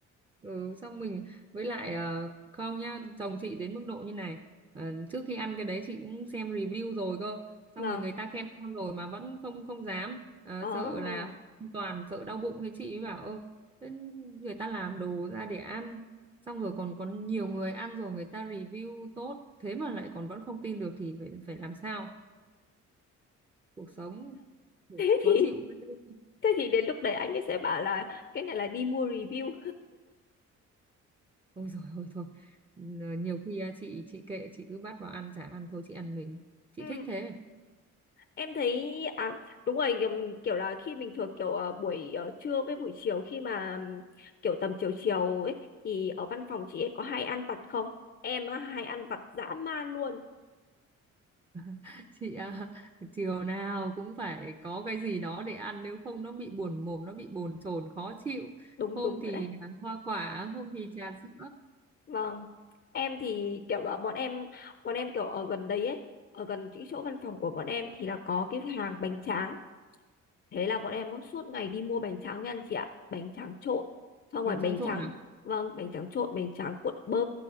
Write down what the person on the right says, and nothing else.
ừ xong mình với lại ờ, không nhá chồng chị đến mức độ như này ờ, trước khi ăn cái đấy chị cũng xem review rồi cơ xong
rồi người ta khen ngon rồi mà vẫn không không dám ờ,
sợ là không an toàn sợ đau bụng thế chị mới bảo ơ thế người ta làm đồ ra để ăn xong rồi còn có nhiều người ăn rồi người ta review tốt thế mà lại còn vẫn không tin được thì phải phải làm sao cuộc sống
khó chịu ghê.
ôi rồi ôi thôi N- nhiều khi à, chị chị kệ chị cứ bắt vào ăn chả ăn thôi chị ăn mình
chị
thích thế
<laughs> chị à, chiều nào cũng phải có cái gì đó để ăn nếu không nó bị buồn mồm nó bị bồn chồn khó chịu
hôm
thì
à, hoa quả hôm thì trà sữa
bánh
tráng trộn
à